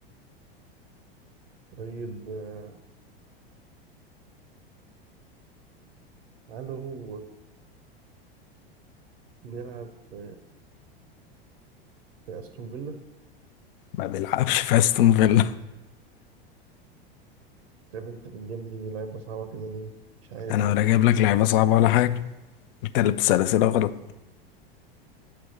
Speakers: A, on the right (about 75°); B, on the left (about 65°).
A: طيب آه، هل هو بيلعب في في أستون فيلا؟
B: ما بيلعبش في استون فيلا
A: طيب أنت بتجيب لي لعيبة صعبة كده ليه؟ مش عارف
B: انا
A: أنا
B: ولا جايب لك لعيبه صعبه ولا حاجه انت اللي بتسال اسئله غلط